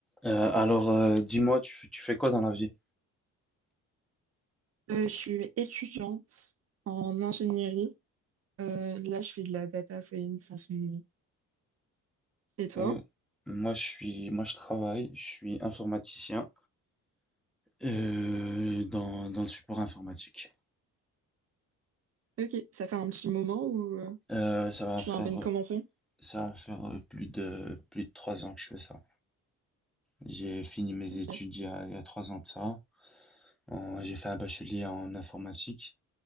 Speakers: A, in the centre; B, on the right.
A: Euh, alors, euh, dis-moi, tu, fais- tu fais quoi dans la vie?
B: Euh, je suis étudiante en ingénierie. Euh, là, je fais de la data science en ce moment. Et toi?
A: Euh, moi, je suis, moi, je travaille, je suis informaticien euh, dans, dans le support informatique.
B: Ok, ça fait un petit moment où euh,
A: Euh, ça va
B: tu
A: faire,
B: viens à peine commencer?
A: ça va faire euh, plus de plus de trois ans que je fais ça. J'ai fini mes
B: Ok.
A: études il y a, il y a trois ans de ça. En- J'ai fait un bachelier en informatique